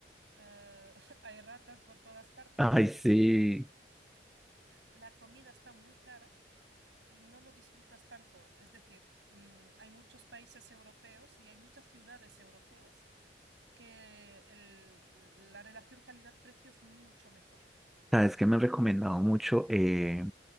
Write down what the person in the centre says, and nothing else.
Ay, sí.
Sabes que me han recomendado mucho eh,